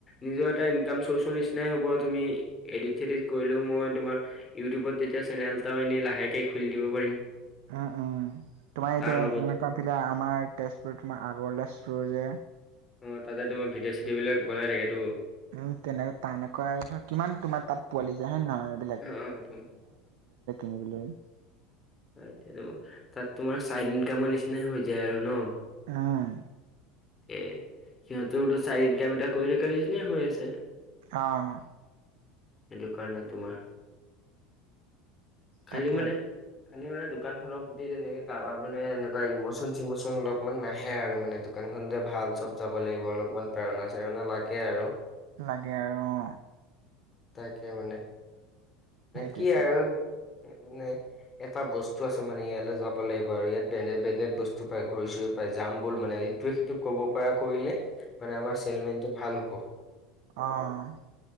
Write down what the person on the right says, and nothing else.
উম উম তোমাৰ
এতিয়া
এনেকুৱা পিলে আমাৰ তেজপুৰত তোমাৰ আগৰলে চুৰ যে।
উম তেনেকে তেনেকুৱা আৰু ধৰ কিমান তোমাৰ তাত পোৱালি যায় হয়ে নহয় এইবিলাক।
<unintelligible>
উম
অহ।
তাকে
লাগে আৰু অ।
সেইটোৱেতো
অহ।